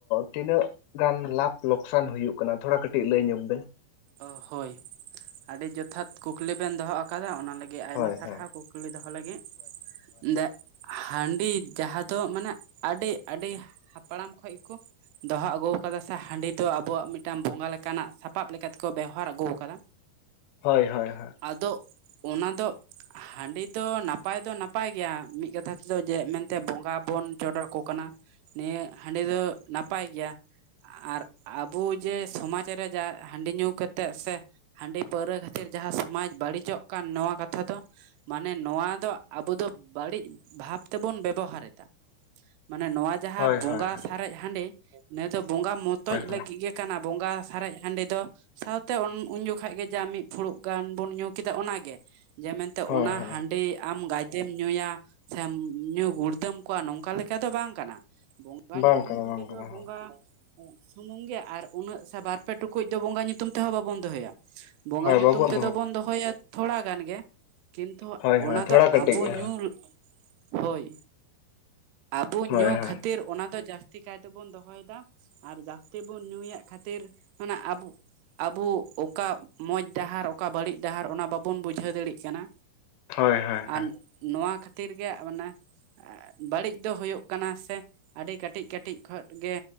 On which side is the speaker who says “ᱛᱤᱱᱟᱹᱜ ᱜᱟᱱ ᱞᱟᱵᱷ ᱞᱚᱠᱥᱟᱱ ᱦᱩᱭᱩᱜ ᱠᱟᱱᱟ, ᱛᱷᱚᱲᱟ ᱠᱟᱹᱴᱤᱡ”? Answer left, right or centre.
Left